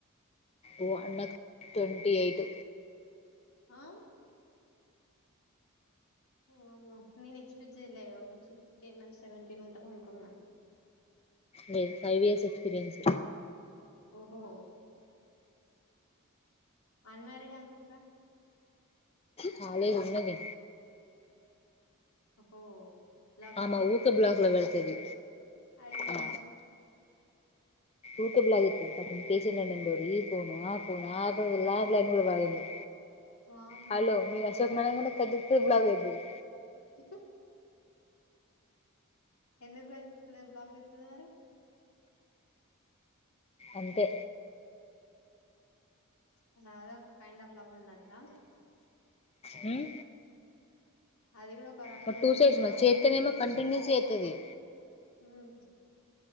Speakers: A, on the left (about 30°); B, on the left (about 80°).
A: ఓ అన్నకు ట్వంటీ ఎయిట్
B: ఆ వామ్మో నేను ఎక్స్పెక్ట్ జేయలే ఒక ఫిఫ్టీన్ సెవెంటీన్ ఉంటది అనుకున్నా
A: లేదు ఫైవ్ ఇయర్స్ ఎక్స్పీీరియన్స్
B: ఓహో అన్మారీడే అనుకుంటా
A: కాలేదు ఉన్నది
B: ఓహో లవ్వా
A: ఆమ ఊక బ్లాక్ లో పెడతది
B: అయ్యో
A: ఆ ఊకే బ్లాక్ జేత్తది పాపం పేషెంట్ నెంబరు ఈ ఫోను ఆ ఫోను ఆఖరికి ల్యాండ్లైన్లు కూడ వాడిండు
B: వామ్మో
A: హలో నేను అశోక్ అనంగనే కట్ జేస్తది బ్లాక్ పెడతది
B: చిచ్చా ఎందుకు బ్లాక్ జెత్తది మరి
A: అంతే
B: అలా అది ఒక కైండ్ ఆఫ్ లవ్ అన్నట్టా
A: ఉమ్
B: అది గూడా ఒక రకమైన
A: మరి టూ సైడ్స్
B: లవ్వా
A: మళ్ళీ
B: అంటన్నా
A: చేత్తనేమో కంటిన్యూస్ చేత్తది
B: ఉమ్